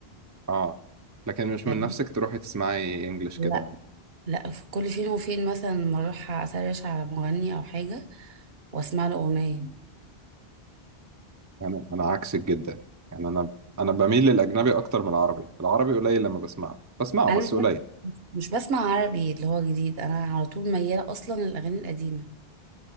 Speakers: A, on the right; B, on the right.
A: اه لكن مش
B: فاهم
A: من نفسك تروحي تسمعي انجلش
B: لا
A: كده
B: لا في كل فين وفين مثلا ما أروح أسرش على مغني أو حاجة وأسمع له أغنية
A: انا انا عكسك جدا يعني انا انا بميل للاجنبي اكتر من العربي العربي قليل لما بسمعه بسمعه
B: انا
A: بس
B: مش ب...
A: قليل
B: مش مش بسمع عربي اللي هو جديد انا على طول مياله اصلا للاغاني القديمه